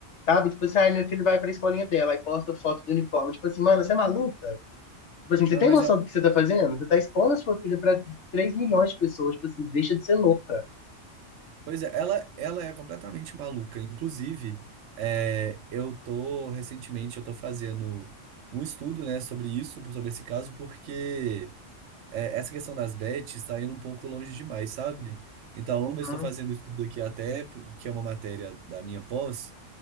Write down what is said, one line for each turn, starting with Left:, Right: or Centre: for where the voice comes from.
Left: sabe? Tipo assim, ai, minha filha vai pra escolinha dela, e posta foto do uniforme. Tipo assim, mano, você é maluca? Tipo assim, você
Right: Ah,
Left: tem
Right: mas
Left: noção do que você tá fazendo? Você tá expondo a sua filha pra 3 milhões de pessoas, tipo assim, deixa de ser louca.
Right: Pois é, ela, ela é completamente maluca. Inclusive, é, eu tô recentemente eu tô fazendo um estudo, né, sobre isso, sobre esse caso, porque é, essa questão das bets está indo um pouco longe demais, sabe? Então, eu
Left: Hum,
Right: estou fazendo um estudo aqui até porque é uma matéria da minha pós